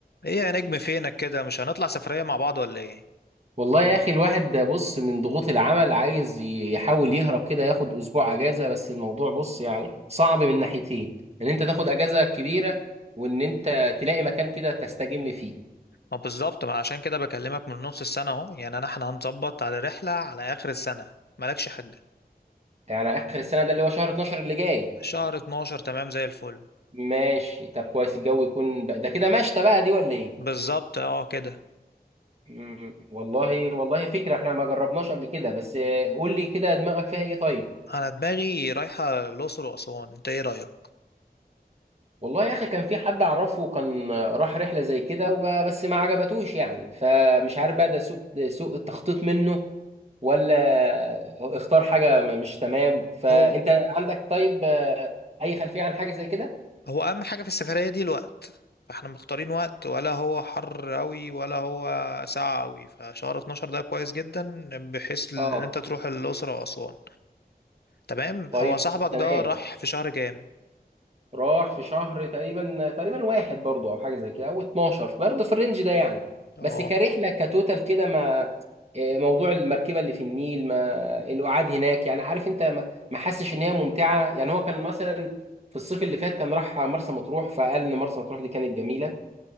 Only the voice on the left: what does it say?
ايه يا نجم فينك كده مش هنطلع سفرية مع بعض ولا ايه
ما بالظبط ما عشان كده بكلمك من نص السنة اهو يعني انا احنا هنظبط على رحلة على اخر السنة مالكش حاجة
شهر 12 تمام زي الفل
بالظبط اه كده
انا دماغي رايحة الاقصر واسوان انت ايه رأيك
هو
هو اهم حاجة في السفرية دي الوقت فاحنا مختارين وقت ولا هو حر قوي ولا هو ساقع قوي فشهر 12 ده كويس جدا بحيث ان
انت تروح الاقصر واسوان تمام
هو صاحبك
ده راح في شهر كام
اه